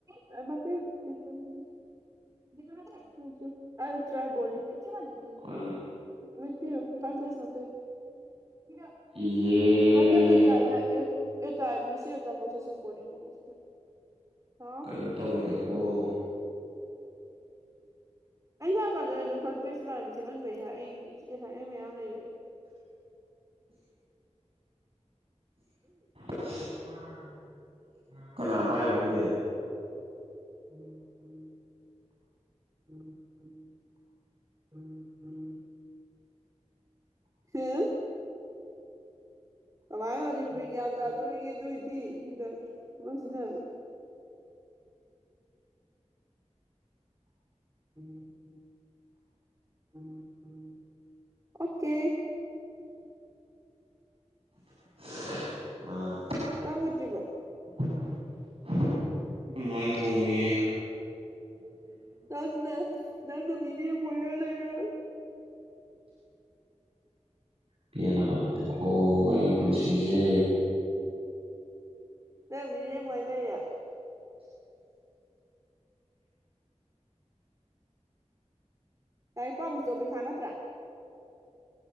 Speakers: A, on the right; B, on the right.
A: <unintelligible> <unintelligible> <unintelligible>
B: ꯑꯩꯈꯣꯏꯒꯤ
A: <unintelligible>
B: ꯏꯍꯦ
A: <unintelligible> <unintelligible> ꯍꯥꯎ
B: ꯀꯩꯅꯣ ꯇꯧꯋꯤꯗꯀꯣ
A: ꯑꯩ ꯂꯥꯛꯀꯗ ꯑꯗꯨꯝ ꯐ꯭ꯔꯟ ꯄꯦꯁ ꯏꯃꯥꯟꯅꯕꯤ ꯁꯦꯝꯍꯟꯕꯩꯅꯦ ꯑꯩ ꯑꯦꯁꯥꯏꯟꯃ‌ꯦꯟ ꯃꯌꯥꯝ ꯂꯩꯕꯩ
B: <unintelligible> ꯀꯅꯥ ꯄꯥꯏꯔꯤꯅ‌ꯣ ꯈꯪꯗꯦ
A: ꯎꯝ ꯎꯝ ꯎꯝ ꯎꯝ ꯎꯝ ꯎꯝ ꯍꯦ ꯀꯃꯥꯏꯅ ꯃꯅꯤꯄꯨꯔꯤ ꯒ꯭ꯌꯥꯟ ꯇꯥꯗꯣꯔꯤꯒꯦ ꯑꯗꯨꯏꯗꯤ ꯁꯤꯗ ꯁꯤꯖꯤꯟꯅ <unintelligible> <unintelligible> ꯑꯣꯀꯦ
B: <unintelligible> ꯑꯥ
A: ꯆꯥꯛ ꯂ‌ꯣꯏꯗ꯭ꯔꯤꯕꯣ
B: <unintelligible> ꯃꯥꯅ ꯊ‌ꯣꯡꯉꯤꯌꯦ
A: ꯅꯪꯅ ꯅꯪꯅ ꯃꯤꯔꯦꯝ ꯑꯣꯏꯔ ꯂꯩꯔ‌
B: ꯄꯦꯜꯂꯕꯅꯤꯗ ꯀꯣ ꯑꯩ ꯄꯨꯟꯁꯤꯁꯦ
A: ꯅꯪ ꯃꯤꯔ‌‌ꯦꯝ ꯑꯣꯏ ꯂꯩꯔ‌ꯦ ꯂꯥꯏꯔꯤꯛꯄꯥꯔꯨꯆꯣ ꯄꯩꯈꯥ ꯅꯠꯇ꯭ꯔꯥ꯫